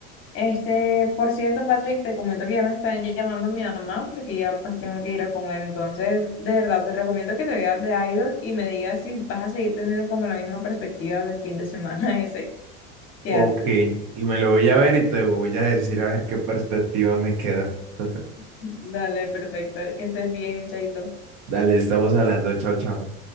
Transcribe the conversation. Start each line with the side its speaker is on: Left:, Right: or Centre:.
Left: Este, por cierto, Patrick, te comento que ya me están llamando mi mamá porque ya pues tengo que ir a comer. Entonces, de verdad, te recomiendo que te veas de Idol y me digas si vas a seguir teniendo como la misma perspectiva del fin de semana <laughs> ese que
Right: Ok.
Left: antes.
Right: Y me lo voy a ver y te voy a decir a ver qué perspectiva me queda. <laughs>
Left: Dale, perfecto. Que estés bien, Chaito.
Right: Dale, estamos hablando. Chao, chao.